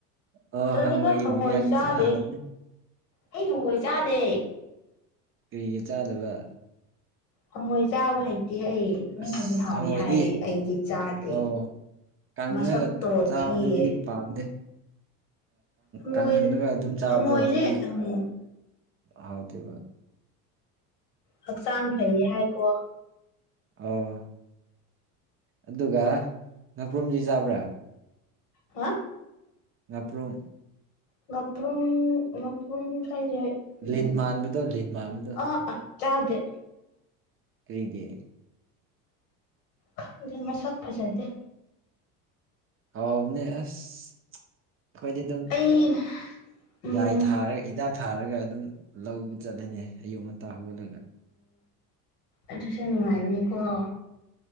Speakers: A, on the right; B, on the left.
A: ꯑꯣ
B: ꯇꯜꯂꯤꯗ
A: ꯍꯪꯉꯣꯏꯒꯤ
B: ꯍꯪꯉꯣꯏ
A: ꯕꯤꯔꯌꯥꯅꯤꯁꯨ
B: ꯆꯥꯗꯦ
A: ꯍꯥꯎꯕꯅꯦ
B: ꯑꯩ ꯍꯪꯉꯣꯏ ꯆꯥ ꯇꯦ
A: ꯀꯔꯤꯒꯤ ꯆꯥꯗꯕ
B: ꯍꯪꯉꯣꯏ ꯆꯥꯕ ꯍꯩꯗꯤ ꯑꯩ ꯃꯤꯅꯗꯤ
A: ꯑꯁ
B: ꯍꯥꯎꯋꯤ
A: ꯍꯪꯉꯣꯏꯗꯤ
B: ꯍꯥꯏꯌꯦ ꯑꯩꯗꯤ ꯆꯥꯗꯦ
A: ꯑꯣ ꯀꯪꯉꯒ
B: ꯃꯁꯛꯇꯣ
A: ꯆꯥꯕꯗꯗꯤ
B: ꯊꯤꯌꯦ
A: ꯄꯥꯝꯗꯦ
B: ꯍꯪꯉꯣꯏ
A: ꯀꯪꯍꯟꯅꯂꯒ ꯑꯗꯨꯝ ꯆꯥꯕꯗꯣ
B: ꯍꯪꯉꯣꯏꯁꯦ
A: ꯑꯗꯨꯗꯤ
B: ꯎꯝ
A: ꯍꯥꯎꯇꯦꯕ
B: ꯍꯛꯆꯥꯡ ꯄꯨꯛꯅꯤꯡ ꯐꯩꯌꯦ ꯍꯥꯏꯀꯣ
A: ꯑꯣ ꯑꯗꯨꯒ ꯉꯄ꯭ꯔꯨꯝꯁꯤ ꯆꯥꯕ꯭ꯔꯥ
B: ꯍꯥ
A: ꯉꯄ꯭ꯔꯨꯝ
B: ꯉꯄꯔꯨꯝ ꯉꯄꯔꯝ ꯍꯥꯏꯖꯦ ꯎ
A: ꯂꯤꯟ ꯃꯥꯟꯕꯗꯣ ꯂꯤꯟ ꯃꯥꯟꯕꯗꯣ
B: ꯑ ꯑ ꯆꯗ
A: ꯔꯔꯤꯒꯦ
B: ꯈꯪꯗꯦ ꯃꯁꯛ ꯐꯖꯗꯦ
A: ꯍꯥꯎꯕꯅꯤ ꯑꯩꯈꯣꯏꯗꯤ ꯑꯗꯨꯝ
B: ꯑꯩ ꯎꯝ
A: ꯌꯥꯏ ꯊꯥꯔꯒ ꯍꯤꯗꯥꯛ ꯊꯥꯔꯒ ꯑꯗꯨꯝ ꯂꯧꯕ ꯆꯠꯂꯅꯤ ꯑꯌꯨꯛ ꯉꯟꯇꯥ ꯍꯧꯒꯠꯂꯒ
B: ꯑꯗꯨꯁꯅꯨꯡꯉꯥꯏꯅꯤꯀꯣꯣ